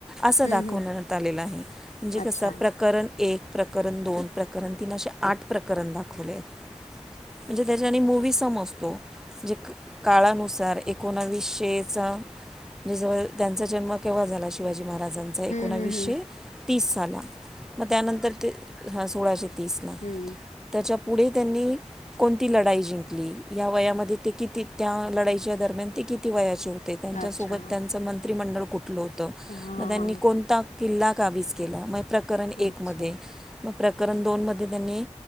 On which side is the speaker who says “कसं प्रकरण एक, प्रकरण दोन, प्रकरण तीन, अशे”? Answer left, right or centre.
Centre